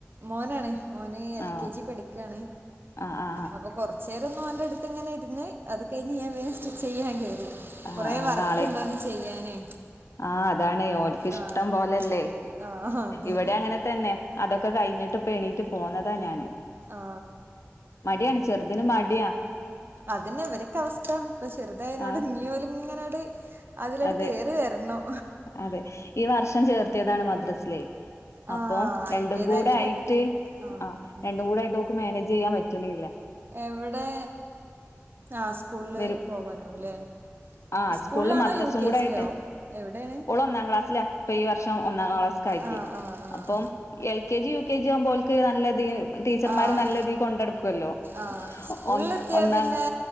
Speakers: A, on the right; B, on the left.
A: മോനാണ് മോന് എൽ
B: ആ
A: കെ ജി പഠിക്കാണ്
B: ആ ആ
A: അപ്പൊ കൊറച്ചേരൊന്നോന്റെട് ഇട്ട് ഇങ്ങനെര്ന്ന് അത് കഴിഞ്ഞ് ഞാൻ വേ സ്റ്റിച്ച് ചെയ്യാൻ കേറി
B: ആ
A: കുറെ
B: ആ
A: വർക്ക്ണ്ടോന്ന്
B: നാളെ
A: ചെയ്യാനേ
B: ആ അതാണ് ഓന്ക്ക് ഇഷ്ടം
A: ആഹ്
B: പോലല്ലേ
A: ആഹ് അതെ
B: ഇവിടെ അങ്ങനെ തന്നെ അതൊക്കെ കഴിഞ്ഞിട്ട്പ്പോ എണീറ്റ് പോന്ന <unintelligible> ഞാന്
A: ആ
B: മടിയാണ്‌ ചെറുതിന് മട്യാ
A: അതന്നെ ഇവരൊക്കെ അവസ്ഥ ഇപ്പൊ ചെറുതായനോട്
B: ആ
A: ഇനിയൊല്ങ്ങനെ <unintelligible> അതിലാണ്ട്
B: അതെ
A: കേറി വരണം
B: അതെ ഈ വർഷം ചേർത്തിയതാണ് മദ്രസിലെ
A: ആഹ്
B: അപ്പൊ
A: അയിന്റേതായിട്ടുള്ള
B: രണ്ടും കൂടെ ആയിട്ട്
A: ബുദ്ധിമുട്ട് ആഹ്
B: ആ രണ്ടും കൂടെ ആയിട്ട് ഓക്ക് മാനേജ് ചെയ്യാൻ പറ്റ ട്ട്ണ്‌ല്ലാ
A: എവിടെ ആ സ്കൂളില്
B: വരും
A: പോവാനാവുല്ലേ
B: ആ
A: സ്കൂളിലാണോ
B: സ്കൂളിലും മദ്രസും
A: യു കെ
B: കൂടെ
A: ജി
B: ആയിട്ട്
A: ലോ എവിടെ
B: ഓള് ഒന്നാം ക്ലാസ്സിലാ ഇപ്പൊ ഈ വർഷം ഒന്നാം ക്ലാസ്ക്കാക്കി
A: ആഹ് ആഹ് ആഹ്
B: അപ്പം L K G U U K ജിയാവുമ്പോ ഓല്ക്ക് നല്ലത് ടീച്ചർമാര്
A: ആഹ്
B: നല്ലതീ കൊണ്ട്ട്ക്കല്ലോ
A: ആഹ് സ്കൂളിലെത്തിയാ
B: ഒന്ന് ഒന്നാ
A: പിന്നെ